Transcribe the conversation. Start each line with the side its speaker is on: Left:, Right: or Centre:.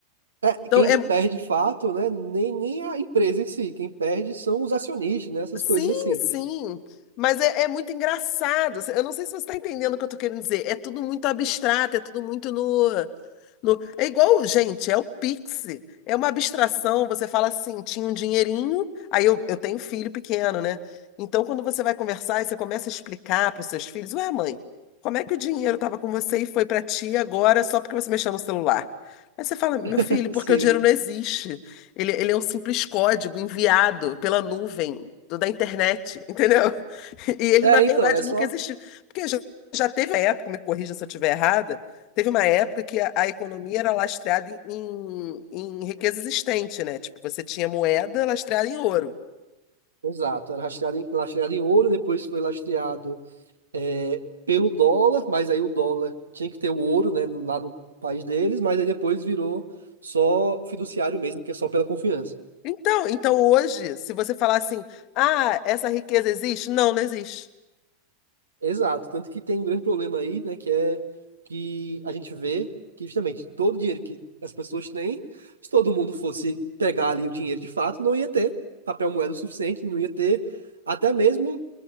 Right: É,
Left: Então,
Right: quem
Left: é,
Right: de- perde de fato, né? Nem, nem a empresa em si. Quem perde são os acionistas, né? Essas
Left: Sim,
Right: coisas assim.
Left: sim. Mas é, é muito engraçado. assim, Eu não sei se você está entendendo o que eu estou querendo dizer. É tudo muito abstrato, é tudo muito no, no. É igual, gente, é o Pix. É uma abstração. Você fala assim, tinha um dinheirinho. Aí eu, eu tenho filho pequeno, né? Então, quando você vai conversar e você começa a explicar para os seus filhos: Ué, mãe, como é que o dinheiro estava com você e foi para ti agora só porque você mexeu no celular? Aí você fala: Meu
Right: <laughs>
Left: filho, porque
Right: Sim.
Left: o dinheiro não existe. Ele, ele é um simples código enviado pela nuvem do- da internet, entendeu? <laughs> E ele,
Right: É,
Left: na verdade,
Right: então, é só.
Left: nunca existiu. Porque já, já teve uma época, me corrija se eu estiver errada, teve uma época que a, a economia era lastreada em, em, em riqueza existente, né? Tipo, você tinha moeda lastreada em ouro.
Right: Exato. Era lastreado em, lastreado em ouro, depois foi lastreado é, pelo dólar, mas aí o dólar tinha que ter o ouro, né? Lá no país deles, mas aí depois virou só fiduciário mesmo, que é só pela confiança.
Left: Então, então hoje, se você falar assim, ah, essa riqueza existe? Não, não existe.
Right: Exato, tanto que tem um grande problema aí, né, que é que a gente vê que justamente todo o dinheiro que as pessoas têm, se todo mundo fosse pegar ali o dinheiro de fato, não ia ter papel moeda o suficiente, não ia ter até mesmo